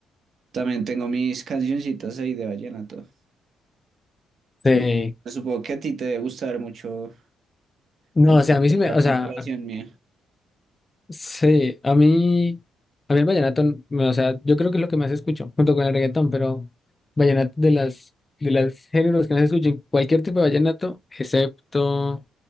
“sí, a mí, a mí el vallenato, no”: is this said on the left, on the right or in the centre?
Left